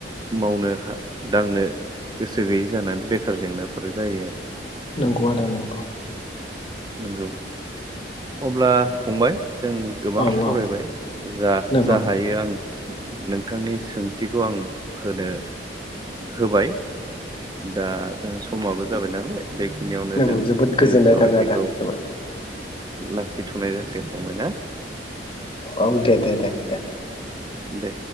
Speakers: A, on the right; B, on the left.
A: मावनो दांनो गोसो गैयै जानानै बेखार जेंनाफोर जायो आरो
B: नोंगौ नोंथां नंगौ।
A: नंगौ अब्ला फंबाय जों गोबां
B: औ
A: सावरायबाय
B: औ
A: जा
B: नंगौ
A: जा हायो आं नोंथांनि सोंथिखौ आं होनो होबाय <inaudible> समाबो जाबाय नालाय बेखिनियावनो
B: नंगौ
A: जों
B: जोबोद गोजोननाय
A: जोंनि सावरायनायखौ
B: थाबाय आदा जोबोद
A: लाखिथनाय जासिगोन फंबाय ना।
B: अ दे दे दे दे
A: दे